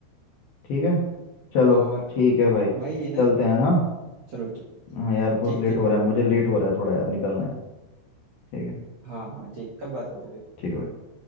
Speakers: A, on the left; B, on the right.
A: ठीक है चलो
B: और
A: ठीक है भाई
B: वही है
A: चलते
B: ना
A: हैं हाँ
B: चलो ठीक
A: हाँ यार बहुत
B: ठीक
A: लेट
B: ठीक
A: हो
B: भाई
A: रहा है मुझे लेट हो रहा है थोड़ा यार निकलना है ठीक है
B: हाँ हाँ ठीक कल बात करते हैं फिर
A: ठीक है भाई।